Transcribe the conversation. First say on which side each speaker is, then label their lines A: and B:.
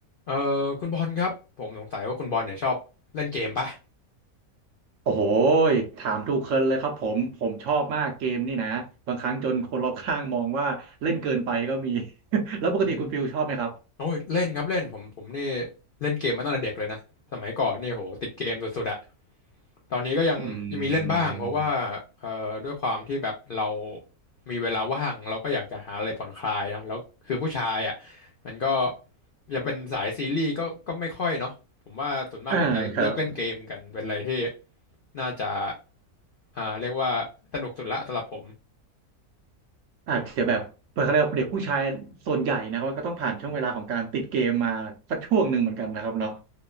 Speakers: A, on the left (about 65°); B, on the right (about 65°).
A: เออคุณบอลครับผมสงสัยว่าคุณบอลเนี่ยชอบเล่นเกมปะ
B: โอ้โหยถามถูกเคินเลยครับผมผมชอบมากเกมนี่นะบางครั้งจนคนรอบข้างมองว่าเล่นเกินไปก็มี <laughs> แล้วปกติคุณฟิลชอบไหมครับ
A: อืมโอ้ยเล่นครับเล่นผมผมนี่เล่นเกมมาตั้งแต่เด็กเลยนะสมัยก่อนนี่โหติดเกมสุดๆอะตอนนี้ก็ยังยังมีเล่นบ้างเพราะว่า
B: อืม
A: เอ่อด้วยความที่แบบเรามีเวลาว่างเราก็อยากจะหาอะไรผ่อนคลายเนาะแล้วคือผู้ชายอะมันก็จะเป็นสายซีรีส์ก็ก็ไม่ค่อยเนาะผมว่าส่วนมากเนี่ยจะเลือกเล่นเกมกันเป็นอะไรที่
B: อ่าครับ
A: น่าจะอ่าเรียกว่าสนุกสุดละสำหรับผม
B: อาจจะแบบเปิดเขาเรียกว่าเด็กผู้ชายส่วนใหญ่นะครับก็ต้องผ่านช่วงเวลาของการติดเกมมาสักช่วงหนึ่งเหมือนกันนะครับเนาะ